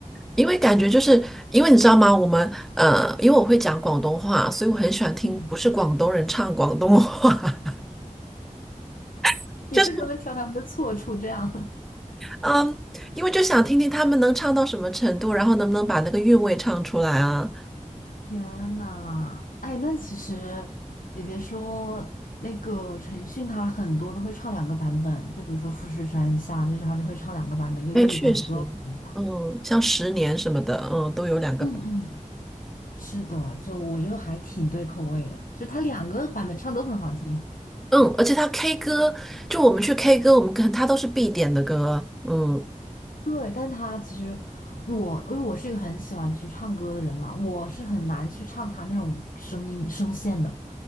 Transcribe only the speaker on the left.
嗯，<laughs>
你为什么挑他们的错处这样？
天呐，哎，那其实你别说，那个陈奕迅，他很多都会唱两个版本，就比如说《富士山下》，就是他就会唱两个版本，一个粤语版，
一个国语版。
嗯嗯，是的，就我觉得还挺对口味的，就他两个版本唱都很好听。
对，但他其实我，因为我是一个很喜欢去唱歌的人嘛，我是很难去唱他那种声音声线的，